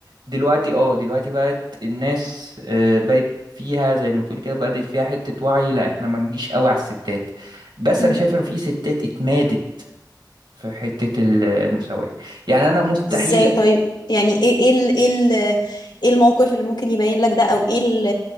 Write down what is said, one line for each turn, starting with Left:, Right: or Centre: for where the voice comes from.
Right: دلوقتي اه دلوقتي بقت الناس آه، بقت فيها زي ما بتقول كده بدأت فيها حتة وعي لا احنا ما نجيش قوي على الستات بس
Left: امم
Right: انا شايف انه في ستات اتمادت في حتة ال- المساواة يعني أنا مستحيل
Left: ازاي طيب يعني ايه ايه ال- ايه ال- ايه الموقف اللي ممكن يبين لك ده او ايه ال